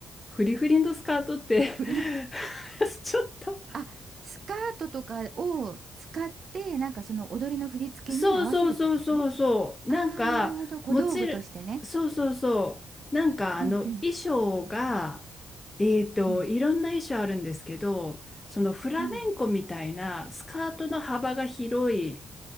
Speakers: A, on the left (about 20°); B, on the right (about 50°).
A: フリフリのスカートって
B: 振りの、<laughs>
A: <laughs> ちょっと
B: あ、スカートとかを使って、なんかその踊りの振り付けに合わせるってこと
A: そうそうそうそうそう。
B: ああー、
A: なんか、
B: なるほど。小道具としてね。
A: もちろん、そうそうそう。なんか、あの、
B: うんうん
A: 衣装が、えっと、
B: うん
A: いろんな衣装あるんですけど、そのフラメンコみたいなスカートの幅が広い
B: うん